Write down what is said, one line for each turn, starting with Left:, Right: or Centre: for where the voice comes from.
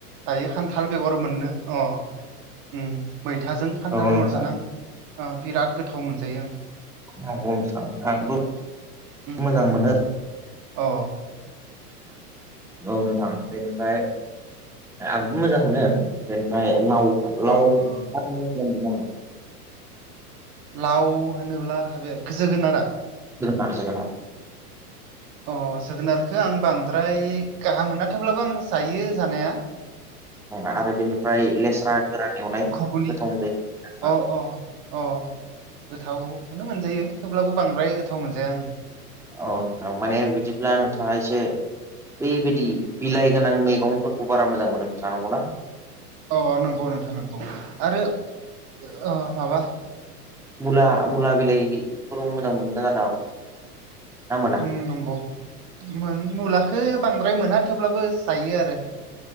Right: दायो खान्थाल बेगर मोनो। अ उम मैथाजों खान्थाल
Centre: औ
Right: बेगर
Centre: नोंथां
Right: जाना ओ बिराद गोथाव मोनजायो आं।
Centre: नंगौ स आंबो
Right: आं उम
Centre: मोजां मोनो।
Right: अ
Centre: औ नोंथां बेनिफ्राय आंबो मोजां मोनो बेनिफ्राय लाव-लाव
Right: अ अ
Centre: मोजां मोनो।
Right: लाव होनोब्ला हाबाया गो जोगोनारा।
Centre: जोगोनार-जोगोनारा।
Right: अ जोगोनारखो आं बांद्राय गाहाम मोन थेवब्लाबो आं जायो जानाया।
Centre: आरो बेनिफ्राय लेस्रा गोरान एवनाय
Right: खुगुनि
Centre: गोथाव जायो नोंथां।
Right: अ-अ-अ गोथावखोनो मोनजायो थेवब्लाबो बांद्राय गोथाव मोनजाया आं।
Centre: औ नोंथां माने बिदिब्ला नोंथाङा एसे बैबायदि बिलाइ गोनां मैगंफोरखौ बारा मोजां मोनो नोंथांङा नांगौ ना?
Right: औ नंगौ नोंथां नंगौ आरो ओ माबा
Centre: मुला-मुला बिलाइफोरबो मोजां <unintelligible>
Right: उम नंगौ मुलाखौ बांद्राय मोना थेवब्लाबो जायो आरो।